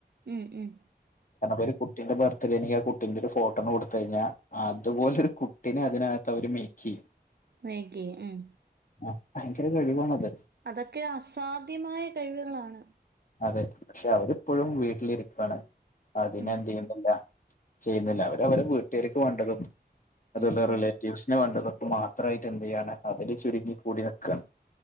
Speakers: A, on the right (about 70°); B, on the left (about 50°).
A: ഉം ഉം
B: കാരണം പ്പൊരു കുട്ടിന്റെ ബർത്ത്ഡേ ആണെങ്കി ആ കുട്ടിന്റെ ഒരു ഫോട്ടോന്ന് കൊടുത്ത് കഴിഞ്ഞാ അതുപോൽത്തൊരു കു ട്ടിനെ അതിനകത്ത് അവര് മേയ്ക്കെയ്യും.
A: മേയ്ക്കെയ്യും. ഉം
B: അഹ് ഭയങ്കര കഴിവാണത്.
A: അതൊക്കെ അസാധ്യമായ കഴിവുകളാണ്.
B: അതെ പക്ഷെ അവരിപ്പഴും വീട്ടിലിരിപ്പാണ്. അതിനെ
A: ഉം
B: എന്ത് ചെയ്യുന്നില്ല ചെയ്യുന്നില്ല. അവര് അവരെ വീട്ടുകാര്ക്ക് വാണ്ടതും അതു
A: ഉം
B: പോലെ
A: ഉം
B: റിലേ റ്റിവ്സ്ന് വേണ്ടവർക്കും മാത്രായിട്ട് എന്തെയ്യാണ് അവര് ചുരുങ്ങി കൂടി നിക്കാണ്.